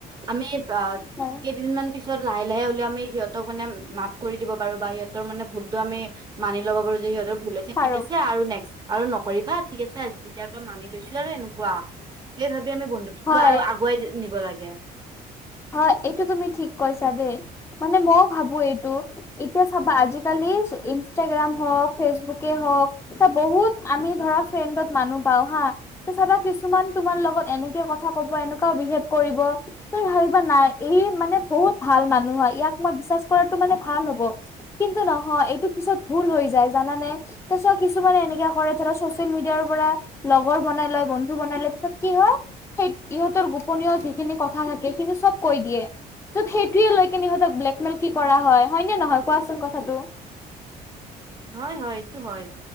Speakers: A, on the right; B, on the left.
A: আমি অ'
B: হয়
A: কেইদিনমান। পিছত লাহে লাহে হ'লে আমি সিহঁতক মানে মাফ কৰি দিব পাৰো বা সিহঁতৰ মানে ভুলটো আমি। মানি ল'ব পাৰো যে সিহঁতৰ ভুলছে
B: পাৰো
A: ঠিক আছে আৰু নেক্স আৰু নকৰিবা। ঠিক আছে এয়াৰ পৰা মানি লৈছো আৰু এনেকুৱা সেই ভাবি আমি বন্ধু। তটো
B: হয়
A: আৰু আগুৱাই নিব লাগে।
B: হয়, এইটো তুমি ঠিক কৈছা দেই। মানে ময়ো ভাবো এইটো। এতিয়া চাবা আজিকালি ইনষ্টাগ্ৰাম হওক, ফেচবুকেই হওক। এটা বহুত আমি ধৰা ফ্ৰেণ্ডত মানুহ পাও হা। চাবা কিছুমান তোমাৰ লগত এনেকে কথা ক'ব, এনেকুৱাও বিহেভ কৰিব, <unintelligible> ভাব নাই, ই মানে বহুত ভাল মানুহ হয়, ইয়াক মই বিশ্বাস কৰাটো মানে ভাল হ'ব। কিন্তু নহয় এইটো পিছত ভুল হৈ যায়। জানানে? তাৰ পিছত কিছুমানে এনেকে কৰে, ধৰা ছচিয়েল মিডিয়াৰ পৰা লগৰ বনাই লয় বন্ধু বনাই লয়, পিছত কি হয়? সেই ইহঁতৰ গোপনীয় যিখিনি কথা থাকে কিন্তু চব কৈ দিয়ে। ত'ত সেইটোৱে লৈ কি সিহঁতক ব্লেকমেইল কি কৰা হয়। হয় নে নহয় কোৱাচোন কথাটো?
A: হয় হয়, এইটো হয়।